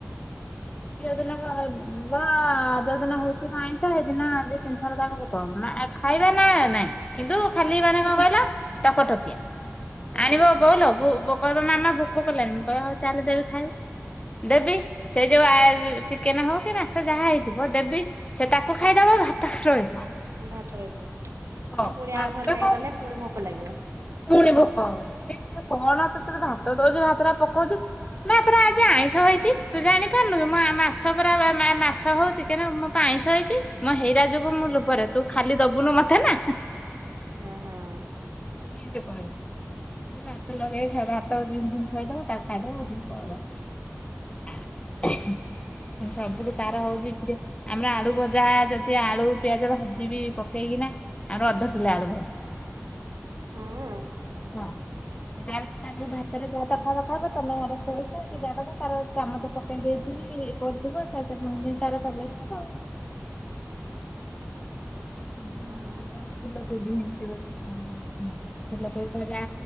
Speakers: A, on the left; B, on the right.
A: ଦିନ ହବ ଯୋଉ ଦିନ ହେଇିଥିବ ଆଇଁଶ ହେଇଦିନ ଦି ତିନି ଥର ତାଙ୍କୁ ଭୋକ ହବ ଆ। ଖାଇବା ନା ନାଇଁ କିନ୍ତୁ ଖାଲି ମାନେ କଣ କହିଲା ଟକଟକିଆ
B: ହଁ
A: ଆଣିବ
B: ହଁ
A: ବୋଉଲୋ ବୋଉ। ପୋକନା ମାମା ଭୋକ କଲାଣିି ମୁଁ କହେ ହୋଉ ତାହେଲେ ଦେବି ଖାଇବୁ ଦେବି ସେ ଯୋଉ ଆ ଚିକେନ ହଉ କି ମାଚ ଯାହା ହେଇଥିବ ଦେବି ସେ ତାକୁ ଖାଇଦବ ଭାତ ରହିବ।
B: ଭାତ ରହିଥିବ
A: ହଁ
B: ପୁଣି
A: ଭାତ
B: ଆଉ ଘଣ୍ଟାଏ
A: ଖାଇବ
B: ଗଲେ ପୁଣି ଭୋକ ଲାଗିବ।
A: ପୁଣି ଭୋକ ହବ <unintelligible> କଣ ତତେତ
B: ହୁଁ
A: ଭାତ ଦଉଛି ଭାତଟା ପ କହୁଛୁ ନା ଏଥର ଆଜି ଆଇଁଷ ହେଇଛି ତୁ ଜାଣିପାରୁନୁୁ ମୁଁ ମା ମାଛ ପରା ମା ମା ମାଛ ହଉଛି ଚିକେନ ମୁଁ ପା ଆଇଁଷ ହେଇଚି ମୋ ହେଇରା ଯୋଗୁଁ ମୁଁ ଲୁଭରେ ତୁ ଖାଲି ଦବୁନୁ ମତେନା।
B: ହୁଁ ହଁ।
A: ଏମିତି କହିବ ଖାଲି ଭାତ ଲଗେଇ ଖାଇବ ଭାତ ଦି ଦିନ ଖାଇଦବ ତା ଖାଇଦବ ଉଠିକି ପଳବ ଆ ସବୁଠୁ ତାର ହଉଛି ଯେ ଆମର ଆଳୁ ଭଜା ଯଦି ଆଳୁ ପିଆଜ ଭାଜିିବି ପକେଇକିନା ଆମର ଅଧ କିଲୋ ଆଳୁଭଜା।
B: ହଁ
A: ହଁ। ଯାହାତ <unintelligible> ଭାତରେ ଯାହାତ ଖାଇବା ଖାଇବ ତମେ ଆର ଶୋଇଥ କି ଯାହା କରିବ ତାର ଚାମଚ ପକେଇ ଦେଇଥିବ ଏ କରିଥିବ। <unintelligible> ବି ତାରା ଚଲେଇ ଥିବ। <unintelligible>
B: ହଁ
A: ବା ଫୁଲକୋବି ହେତି ଗୋଟେ କଣ ଫୁଲକୋବି ଭଯା